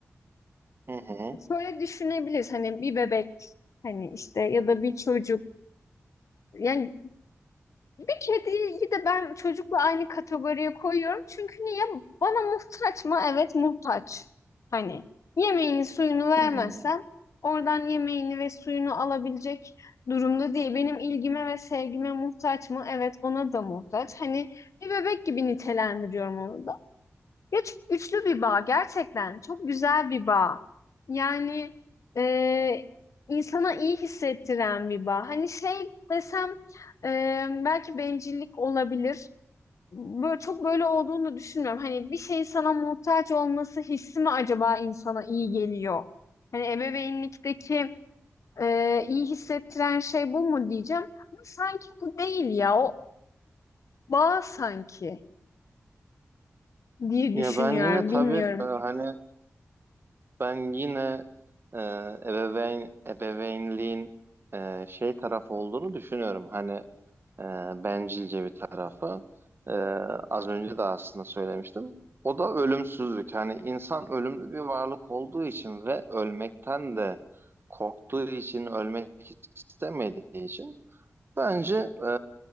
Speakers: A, on the right; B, on the left.
A: Hı hı.
B: şöyle düşünebiliriz hani bir bebek hani işte ya da bir çocuk. Yani Bir kediyi de ben çocukla aynı kategoriye koyuyorum. Çünkü niye? Bana muhtaç mı? Evet muhtaç. Hani yemeğini suyunu vermezsem
A: hı hı.
B: oradan yemeğini ve suyunu alabilecek durumda değil. Benim ilgime ve sevgime muhtaç mı? Evet ona da muhtaç. Hani bir bebek gibi nitelendiriyorum onu da. Üç, üçlü bir bağ gerçekten çok güzel bir bağ. Yani e, insana iyi hissettiren bir bağ. Hani şey desem e, belki bencillik olabilir. Böyle çok böyle olduğunu düşünmüyorum. Hani bir şeyin sana muhtaç olması hissi mi acaba insana iyi geliyor? Hani ebeveynlikteki e, iyi hissettiren şey bu mu diyeceğim. Ama sanki bu değil ya. O bağ sanki diye
A: Ya
B: düşünüyorum.
A: ben yine tabii
B: Bilmiyorum.
A: e, hani ben yine e, ebeveyn ebeveynliğin e, şey tarafı olduğunu düşünüyorum. Hani e, bencilce bir tarafı. E, az önce de aslında söylemiştim. O da ölümsüzlük. Hani insan ölümlü bir varlık olduğu için ve ölmekten de korktuğu için, ölmek istemediği için bence e,